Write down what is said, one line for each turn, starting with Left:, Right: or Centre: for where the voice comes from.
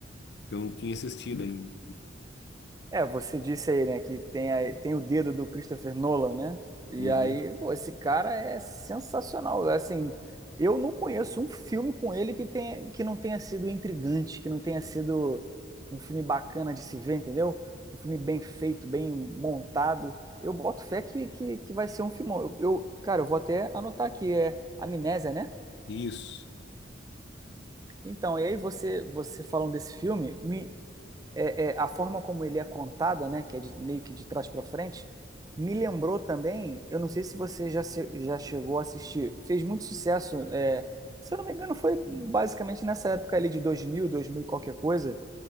Left: que eu não tinha assistido ainda.
Right: É, você disse aí, né, que tem, aí- tem o dedo do Christopher Nolan, né? E
Left: Uhum.
Right: aí, pô, esse cara é sensacional. Assim, eu não conheço um filme com ele que tenha, que não tenha sido intrigante, que não tenha sido um filme bacana de se ver, entendeu? Um filme bem feito, bem montado. Eu boto fé que, que, que vai ser um filmão. Eu, eu- cara, eu vou até anotar aqui, é Amnésia, né?
Left: Isso.
Right: Então, e aí você, você falando desse filme, me é, é, a forma como ele é contada, né, que é de- meio que de trás para frente, me lembrou também, eu não sei se você já, se- já chegou a assistir, fez muito sucesso, é, se eu não me engano foi basicamente nessa época ali de 2000, 2000 e qualquer coisa,